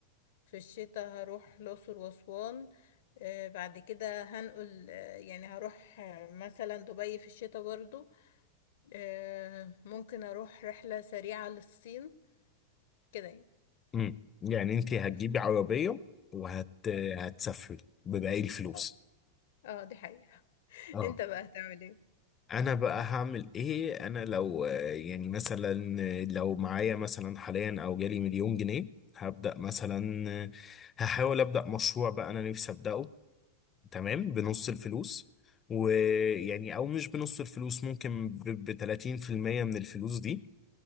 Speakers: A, on the left; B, on the left.
A: في الشتاء هروح الاقصر واسوان آه، بعد كده هنقل آه، يعني هروح آه، مثلا دبي في الشتاء برضو آه، ممكن اروح رحلة سريعة للصين كده يعني
B: امم يعني انت هتجيبي
A: بس
B: عربية وهت
A: اه
B: هتسافري بباقي الفلوس
A: اه اه دي حقيقة <laughs>
B: اه
A: انت بقى هتعمل ايه
B: انا بقى هعمل ايه انا لو آه، يعني مثلا آه، لو معايا مثلا حاليا او جالي مليون جنيه هبدأ مثلا آه، هحاول أبدأ مشروع بقى انا نفسي أبدأه تمام بنص الفلوس ويعني او مش بنص الفلوس ممكن ب 30% من الفلوس دي